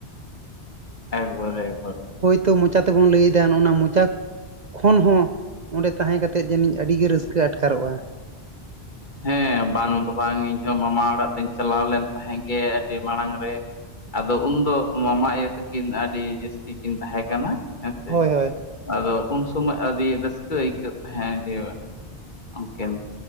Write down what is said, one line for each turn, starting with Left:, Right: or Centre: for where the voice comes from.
Left: ᱮᱠᱵᱟᱨᱮ ᱮᱠᱵᱟᱨ
Right: ᱡᱤᱛᱚ ᱢᱚᱪᱟ ᱛᱮᱵᱚᱱ ᱞᱟᱹᱭᱮᱫᱟ ᱚᱱᱟ ᱢᱚᱪᱟ ᱠᱷᱚᱱ ᱦᱚᱸ ᱚᱸᱰᱮ ᱛᱟᱦᱮᱸ ᱠᱟᱛᱮᱜ ᱡᱟᱹᱱᱤᱡ ᱟᱹᱰᱤᱜᱮ ᱨᱟᱹᱥᱠᱟᱹ ᱟᱴᱠᱟᱨᱚᱜᱼᱟ
Left: ᱦᱮᱸ ᱵᱟᱝ ᱫᱚ ᱵᱟᱝ ᱤᱧᱦᱚ ᱢᱟᱢᱟ ᱚᱲᱟᱜ ᱫᱚᱧ ᱪᱟᱞᱟᱣ ᱞᱮᱱ ᱛᱟᱦᱮᱸᱜ ᱜᱮ ᱟᱹᱰᱤ ᱢᱟᱲᱟᱝ ᱨᱮ ᱟᱫᱚ ᱩᱱᱫᱚ ᱢᱟᱢᱟ ᱤᱭᱟᱹ ᱛᱮᱠᱤᱱ ᱟᱹᱰᱤ ᱡᱟᱹᱥᱛᱤ ᱠᱤᱱ ᱛᱟᱦᱮᱸ ᱠᱟᱱᱟ᱾ ᱦᱮᱸ ᱥᱮ
Right: ᱦᱳᱭ ᱦᱳᱭ
Left: ᱟᱫᱚ ᱩᱱ ᱥᱚᱢᱚᱭ ᱟᱹᱰᱤ ᱨᱟᱹᱥᱠᱟᱹ ᱟᱹᱭᱠᱟᱹᱜ ᱛᱟᱦᱮᱸᱜ ᱡᱮ ᱩᱱᱠᱤᱱ᱾